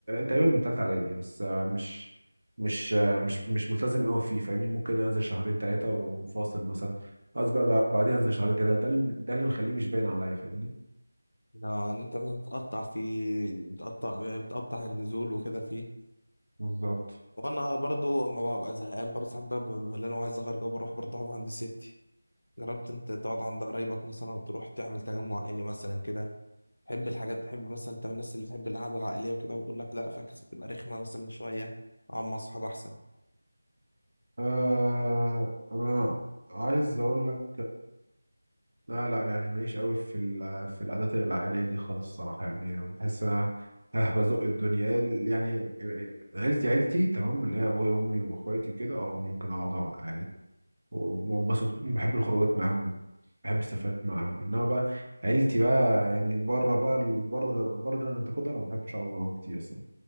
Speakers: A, on the right; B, on the left.
A: تقريبا من تالتة اعدادي بس آه، مش مش آه، مش مش ملتزم قوي فيه فاهمني ممكن انزل شهرين ثلاثه ومفاصل مثلا قصدي بقى بقى- بعدين انزل شهرين ثلاثه ده اللي ده اللي مخليه مش باين عليا فاهمني
B: لا يعني انت بتقطع فيه بتقطع يعني بتقطع النزول وكده فيه
A: بالظبط
B: وانا برضو ما ببقى زهقان برضه ساعات بقى ببقى اللي انا عايز اغير جو بروح برضه اقعد عند ستي جربت انت تقعد عند قرايبك مثلا وتروح تعمل تجمع عائلي مثلا كده تحب الحاجات تحب مثلا انت من الناس اللي بتحب القعده العائليه وكده وتقول لك لا فاكس بتبقى رخمه مثلا شويه اقعد مع اصحاب احسن
A: آه انا عايز اقول لك لا لا يعني ماليش قوي في ال- في العادات العائليه دي خالص الصراحه يعني بحس انا ها بزق الدنيا يعني عيلتي عيلتي تمام اللي هي ابويا وامي واخواتي وكده اه ممكن اقعد أقعد عادي وانبسط بحب الخروجات معاهم بحب السفرات معاهم انما بقى عيلتي بقى يعني بره بقى ال- بره بره الانتقاد انا ما بحبش اقعد معاهم كتير اصلا